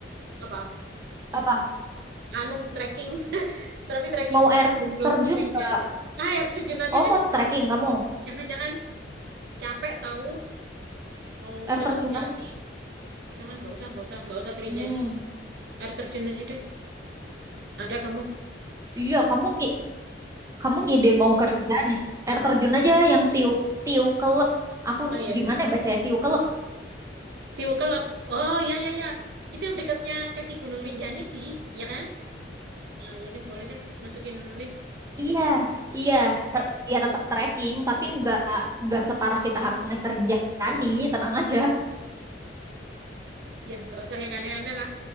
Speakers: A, on the right; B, on the right.
A: Apa?
B: Apa?
A: Anu, trekking. <laughs> Tapi trekking
B: Mau
A: ke
B: air
A: Gunung
B: terjun
A: Rinjani.
B: enggak?
A: Nah, air terjun aja
B: Oh,
A: deh.
B: mau trekking kamu?
A: Jangan-jangan capek tahu mau
B: Air
A: ke
B: terjun
A: Rinjani.
B: aja.
A: Jangan, nggak usah, nggak usah, nggak usah ke Rinjani.
B: Hmm.
A: Air terjun aja deh. Ada kamu.
B: Iya, kamu ngi- kamu ngide mau kerja
A: Hmm.
B: nih. Air terjun aja yang tiu tiu kelep. Aku
A: Oh iya ada.
B: gimana ya bacanya tiu kelep.
A: Tiwu Kelab. Oh ya ya ya. Itu yang dekatnya kaki Gunung Rinjani sih, ya kan? Nah, ya deh, boleh deh, masukin list.
B: Iya, iya, Ter- ya tetap trekking, tapi nggak nggak separah kita harus naik kerjaan
A: Mm.
B: nih, tenang aja.
A: Ya, nggak usah yang aneh-aneh lah.